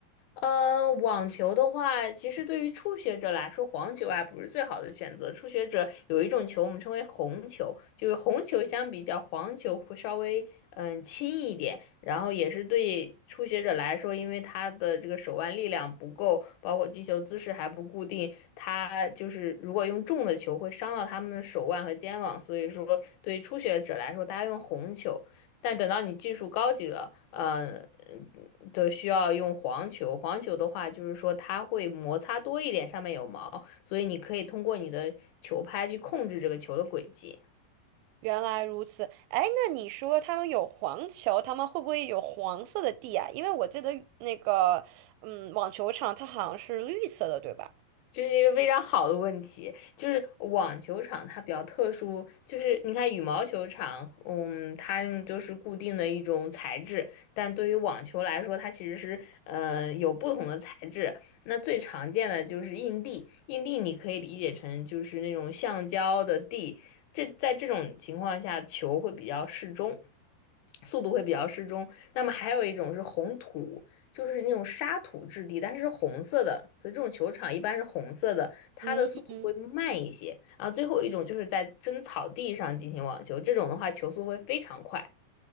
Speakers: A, on the left; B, on the right.
A: 嗯，网球的话，其实对于初学者来说，黄球啊不是最好的选择。初学者有一种球，我们称为红球，就是红球相比较黄球会稍微嗯轻一点，然后也是对初学者来说，因为他的这个手腕力量不够，包括击球姿势还不固定，他就是如果用重的球会伤到他们的手腕和肩膀，所以说对于初学者来说，大家用红球。但等到你技术高级了，嗯呃，就需要用黄球。黄球的话，就是说它会摩擦多一点，上面有毛，所以你可以通过你的球拍去控制这个球的轨迹。
B: 原来如此，哎，那你说他们有黄球，他们会不会有黄色的地啊？因为我记得那个，嗯，网球场它好像是绿色的，对吧？
A: 这是一个非常好的问题，就是网球场它比较特殊，就是你看羽毛球场，嗯，它们就是固定的一种材质，但对于网球来说，它其实是呃有不同的材质。那最常见的就是硬地，硬地你可以理解成就是那种橡胶的地，这在这种情况下球会比较适中。速度会比较适中。那么还有一种是红土，就是那种沙土质地，但是是红色的，所以这种球场一般是红色的，它的速度会慢一些。
B: 嗯嗯。
A: 然后最后一种就是在真草地上进行网球，这种的话球速会非常快，